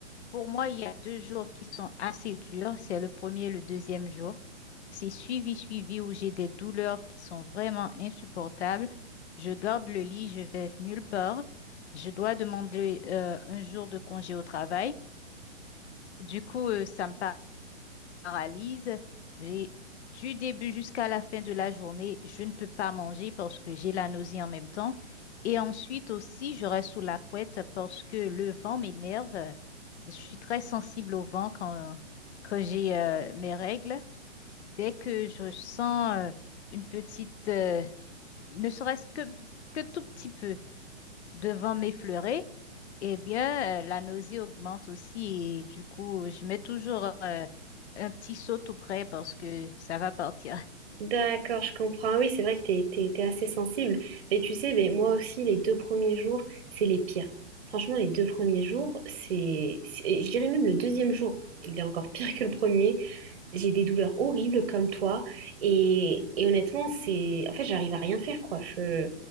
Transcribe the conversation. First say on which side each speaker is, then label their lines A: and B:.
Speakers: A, on the left (about 65°); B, on the right (about 45°).
A: pour moi, il y a deux jours qui sont assez durs. C'est le premier et le deuxième jour. C'est suivi, suivi où j'ai des douleurs qui sont vraiment insupportables. Je garde le lit, je vais nulle part. Je dois demander euh, un jour de congé au travail. Du coup, euh, ça me paraît paralyse. J'ai- du début jusqu'à la fin de la journée, je ne peux pas manger parce que j'ai la nausée en même temps. Et ensuite aussi, je reste sous la couette parce que le vent m'énerve. C'est- Je suis très sensible au vent quand, quand j'ai euh, mes règles. Dès que je sens euh, une petite, euh, ne serait-ce que, que tout petit peu devant m'effleurer, eh bien, euh, la nausée augmente aussi et du coup, je mets toujours euh, un petit seau tout près parce que ça va partir. <laughs>
B: D'accord, je comprends. Ah Oui, c'est vrai que t'es, t'es- t'es assez sensible. Mais tu sais, mais moi aussi, les deux premiers jours, c'est les pires. Franchement, les deux premiers jours, c'est, c'est- je dirais même le deuxième jour, il est encore pire que le premier. J'ai des douleurs horribles comme toi. Et, et honnêtement, c'est, en fait, j'arrive à rien faire, quoi. Je,